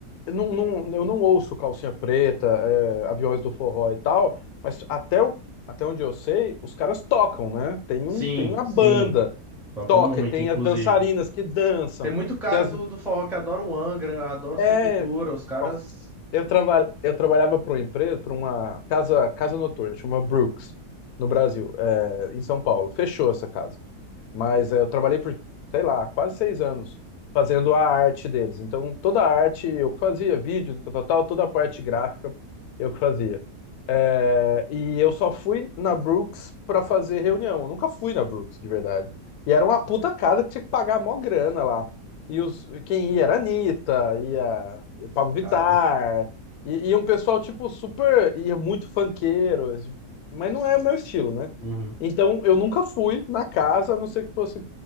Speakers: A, on the left; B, in the centre.
A: eu não, não- eu não ouço Calcinha Preta, é, Aviões do Forró e tal, mas até, o- até onde eu sei, os caras tocam, né? Tem
B: Sim,
A: um, tem uma
B: sim.
A: banda.
B: Toca
A: toca,
B: muito,
A: tem
B: inclusive.
A: as dançarinas que dançam,
B: Tem muito cara
A: tem as.
B: do, do forró que adora o Angra, adora o
A: É.
B: Sepultura, os caras.
A: Bom, eu, traba... eu trabalhava para uma empresa, para uma casa, casa noturna, chama Brooks, no Brasil, é, em São Paulo. Fechou essa casa. Mas é, eu trabalhei por, sei lá, quase seis anos fazendo a arte deles. Então, toda a arte eu que fazia, vídeos, tal, tal, tal, toda a parte gráfica eu que fazia. É, e eu só fui na Brooks pra fazer reunião. Eu nunca fui na Brooks, de verdade. E era uma puta casa que tinha que pagar mó grana lá. E os, quem ia era a Anitta, ia Pablo Vittar,
B: Caramba.
A: e, e um pessoal, tipo, super. ia muito funkeiro, mas não é o meu estilo, né?
B: Uhum.
A: Então, eu nunca fui na casa, a não ser que fosse.